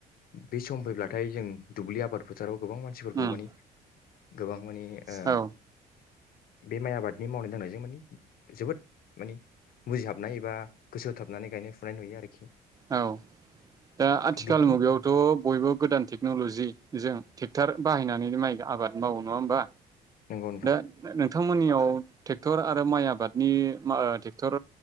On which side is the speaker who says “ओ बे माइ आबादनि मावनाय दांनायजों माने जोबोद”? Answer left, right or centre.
Left